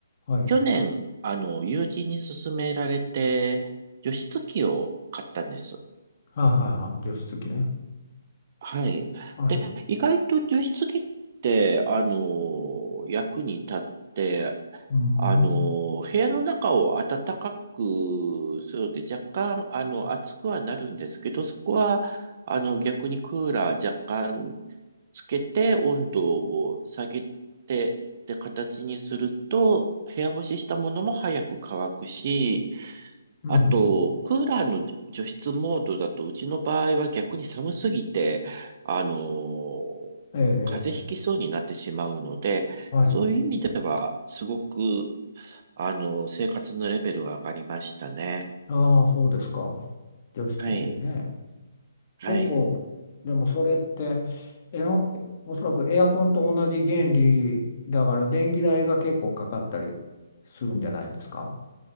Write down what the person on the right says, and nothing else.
去年、あの、友人に勧められて、除湿機を買ったんです。
はい。
で、意外と除湿機って、あの役に立って、
あの、部屋の中を暖かくするので、若干、あの、暑くはなるんですけど、そこは、あの、逆にクーラー若干つけて、温度を下げて、って形にすると、部屋干ししたものも早く乾くし、
あと、クーラーの除湿モードだと、うちの場合は逆に寒すぎて、あのー
風邪ひきそうになってしまうので、
そういう意味では、すごく、あのー生活のレベルが上がりましたね。
はい、はい。